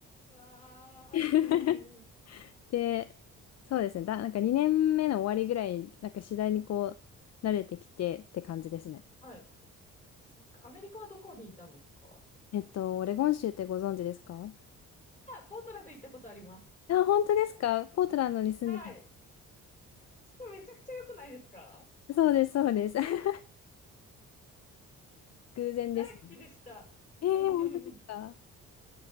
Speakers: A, on the left; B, on the left.
A: ああ、
B: <laughs>
A: うんうんうん。
B: で、そうですね。だ、なんか2年目の終わりぐらい、なんか次第にこう、慣れてきてって感じですね。
A: はい。そっか。アメリカはどこにいたんですか
B: えっと、オレゴン州ってご存知ですか
A: あ、ポートランド行ったことあります。
B: あ、本当ですかポートランドに住んでた。
A: はい。それめちゃくちゃ良くないですか
B: そうです、そうです。<laughs> 偶然ですね。
A: 大好きでした。
B: えー、
A: <laughs>
B: 本当ですか